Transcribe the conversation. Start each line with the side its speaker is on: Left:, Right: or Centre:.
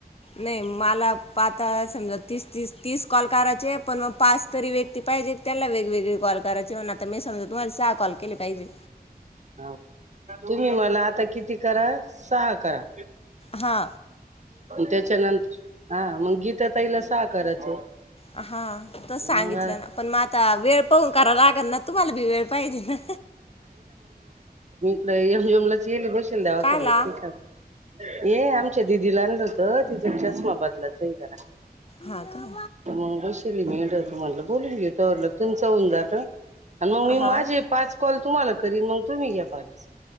Left: नाही माला पा समजा तीस तीस तीस कॉल करायचे पण म पाच तरी वे. ती पाहिजे त्याना वेगवेगळे कॉल करायची म्हणा. मी समजा तुम्हाला सहा कॉल केले पाहिजे.
Right: हाव का तुम्ही मला आता किती करा सहा करा.
Left: हा!
Right: त्याच्यानंतर हा मग गीता ताईला सहा करायचं.
Left: हा! त सांगितलं
Right: मग
Left: ना पण म आता वेळ पहून करा लाग त्यांना तुम्हाला पण वेळ पाहिजे ना.
Right: <unintelligible> चल दवाखान्यात
Left: कायला
Right: पिठा. ये आमच्या दिदीला आणलं होत तिचा चष्मा बदलाच जरा
Left: हां का
Right: मग बसेल मी ईड त म्हणलं बोलून घे तवरलं तुमचं होऊन जात आण मंग मी माझे
Left: हां
Right: पाच. कॉल तुम्हाला करीन मग तुम्ही घ्या पाच